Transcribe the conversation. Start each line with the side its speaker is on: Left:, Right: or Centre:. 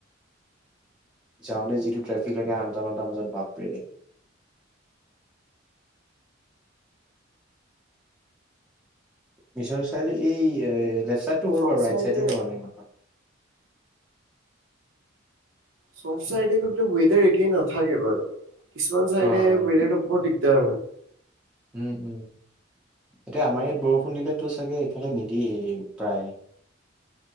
Centre: যাওঁতে যিটো ট্ৰেফিক লাগে আনটা নটা বজাত বাপৰে। মিশ্বন চাৰিআলি এই এ লেফ্ট চাইডটো হ'ল
Right: চব
Centre: বাৰু ৰাইট
Right: চাইডে
Centre: চাইডটো হে হোৱা নাই ইমান মানে।
Right: চব চাইডে গৈ পেলাই ৱেডাৰ একেই নাথাকে বাৰু কিছুমান চাইডে
Centre: অ'।
Right: ৱেডাৰটো- বহুত দিগদাৰ হয়।
Centre: উম উম' এতিয়া আমাৰ ইয়াত বৰষুণ দিলেতো চাগে এইফালে নিদিয়ে প্ৰায়।